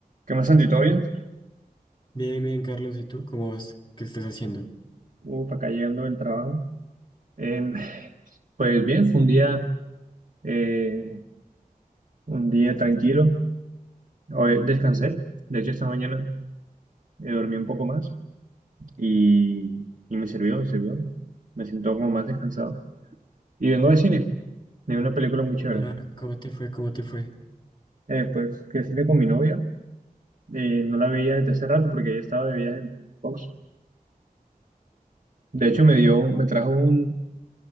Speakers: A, on the right; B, on the left.
A: ¿Qué más, Santi? ¿Todo bien?
B: Bien, bien, Carlos, ¿y tú cómo vas? ¿Qué estás haciendo?
A: Uf, acá llegando del trabajo. Em, pues bien, fue un día, eh, un día tranquilo. Hoy descansé. De hecho, esta mañana eh, dormí un poco más y, y me sirvió, me sirvió. Me siento como más descansado. Y vengo de cine. Vi una película muy chévere.
B: Ah, ¿cómo te fue? ¿Cómo te fue?
A: Eh, pues fui al cine con mi novia. Eh, no la veía desde hace rato porque ella estaba de viaje en, en Pox. De hecho, me dio, me trajo un,